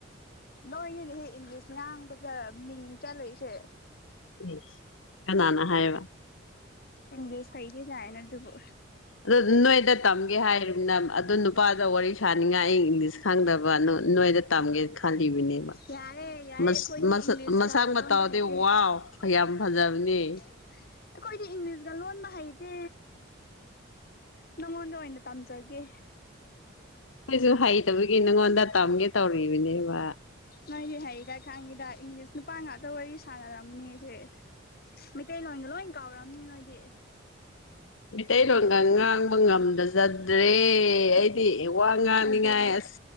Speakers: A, on the left; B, on the left.
A: ꯅꯣꯏꯅꯤꯅꯦ ꯑꯦ ꯏꯪꯂꯤꯁ ꯉꯥꯡꯕꯗ ꯃꯤꯡ ꯆꯠꯂꯩꯁꯦ
B: ꯏꯁ ꯀꯅꯥꯅ ꯍꯥꯏꯕ
A: ꯏꯪꯂꯤꯁ ꯍꯩ ꯗꯤ ꯌꯥꯥꯏꯅ ꯗꯨꯕꯨ
B: ꯗꯨ ꯅꯣꯏꯗ ꯇꯝꯒꯦ ꯍꯥꯏꯔꯤꯕꯅꯝ ꯑꯗꯨ ꯅꯨꯄꯥꯗ ꯋꯥꯔꯤ ꯁꯥꯅꯤꯡꯉꯥꯏ ꯏꯪꯂꯤꯁ ꯈꯪꯗꯕ ꯅ ꯅꯣꯏꯗ ꯇꯝꯒꯦ ꯈꯟ ꯍꯩꯕꯅꯦꯕ
A: ꯌꯥꯔꯦ ꯌꯥꯔꯦ
B: ꯃꯁ
A: ꯑꯩꯈꯣꯏꯗꯤ
B: ꯃꯁꯛ
A: ꯏꯪꯂꯤꯁꯀ
B: ꯃꯁꯛ ꯃꯇꯥꯎꯗꯤ
A: ꯂꯣꯟꯕ ꯍꯩꯇꯦ
B: ꯋꯥꯎ ꯌꯥꯝ ꯐꯖꯕꯅꯦ
A: <inaudible> ꯑꯈꯣꯏꯗꯤ ꯏꯪꯂꯤꯖꯒ ꯂꯣꯟꯕ ꯍꯩꯇꯦ ꯅꯉꯣꯟꯗ ꯑꯣꯏꯅ ꯇꯝꯖꯒꯦ꯫
B: ꯑꯣꯢꯖꯨ ꯍꯩꯇꯕꯒꯤ ꯅꯉꯣꯟꯗ ꯇꯝꯒꯦ ꯇꯧꯔꯤꯕꯅꯦꯕ
A: ꯅꯣꯏꯗꯤ ꯍꯩꯗ ꯈꯪꯉꯤꯗ ꯏꯪꯂꯤꯁ ꯅꯨꯄꯥ ꯉꯥꯛꯇ ꯋꯥꯔꯤ ꯁꯥꯟꯅꯔꯝꯅꯤ ꯁꯦ꯫ ꯃꯩꯇꯩꯩꯂꯣꯟꯒ ꯂꯣꯏꯟ ꯀꯥꯎꯔꯝꯅꯤ ꯅꯣꯏꯗꯤ꯫
B: ꯃꯤꯇꯩꯔꯣꯟꯒ ꯉꯥꯡꯕ ꯉꯝꯗꯖꯗ꯭ꯔꯦ ꯑꯦꯗꯤ꯫ ꯑꯦ ꯋꯥ ꯉꯥꯡꯅꯤꯡꯉꯥꯢ
A: ꯑꯗꯨꯅꯦꯕ
B: ꯑꯁ